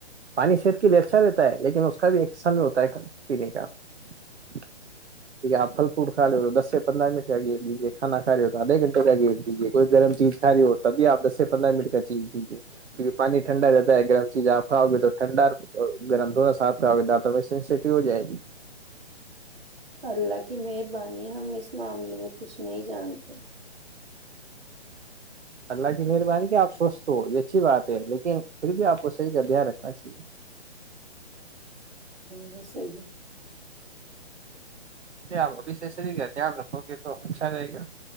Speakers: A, on the right; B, on the right.
A: پانی صحت کے لیے اچھا رہتا ہے لیکن اس کا بھی ایک سمے ہوتا ہے پینے کا <unintelligible> ٹھیک آپ پل فروٹ کھا رہے ہو تو دس سے پندرہ منٹ کا گر د دیجیے کانا کھا رہی ہو تو آدھے گھنٹے کا گر دیجیے کوئی گرم چیز کھا رہی ہو تب آپ دس سے پندرہ منٹ کا چیز دیجیے <unintelligible> کیونکہ پانی ٹھنڈا رہتا ہے گرم چیز آپ کھاؤ گے تو ٹھنڈا گرم دوا سات کھاؤ گے تو سینسیٹیو ہو جائے گی
B: اللہ کی مہربانی ہم اس معاملے میں کچھ نہیں جانتے
A: اللہ کی مہربانی کہ آپ سوستھ ہو یہ اچھی بات ہے لیکن پھر بھی آپ کو صحی کا دھیان رکھنا چاہیے
B: ہوسے بھی <unintelligible>
A: آپ ابشیہ سر کا دھیان رکھو گے تو اچھا رہے گا